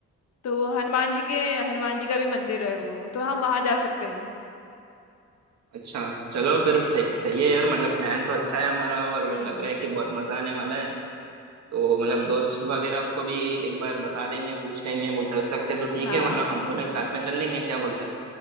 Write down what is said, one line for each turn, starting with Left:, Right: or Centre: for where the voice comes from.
Left: तो हनुमान जी के हनुमान जी का भी मंदिर है वो तो हम वहां जा सकते हैं
Right: अच्छा चलो फिर सही सही है यार मतलब प्लान तो अच्छा है हमारा और
Left: हम्म
Right: लग रहा है कि बहुत मजा आने वाला है तो मतलब दोस्त वगैरह को भी एक बार बता देंगे पूछ लेंगे वो चल सकते हैं तो ठीक
Left: हाँ
Right: है वरना हम दोनों ही साथ में चल लेंगे क्या बोलते हो